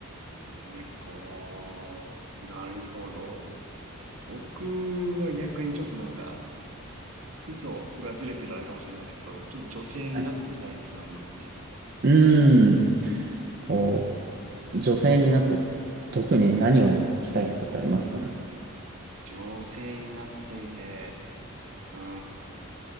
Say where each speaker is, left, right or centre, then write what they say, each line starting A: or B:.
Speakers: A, on the right (about 75°); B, on the right (about 45°).
A: 猫。なるほど。僕は逆にちょっとなんか、意図がずれてるあれかもしれないですけど、ちょっと女性になってみたいっていうのはありますね。
B: はい。うーん。こう、女性になって特に何をしたいとかってありますか
A: 女性になってみて、うーん。